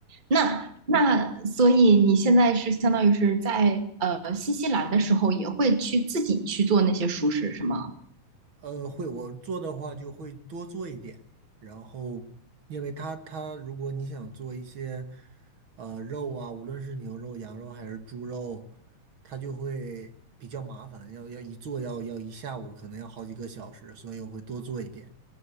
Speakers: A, on the right; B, on the right.
A: 那那所以你现在是相当于是在呃新西兰的时候，也会去自己去做那些熟食是吗？
B: 呃，会，我做的话就会多做一点，然后因为它它如果你想做一些呃肉啊，无论是牛肉、羊肉还是猪肉，它就会比较麻烦，要要一做要要一下午，可能要好几个小时，所以我会多做一点，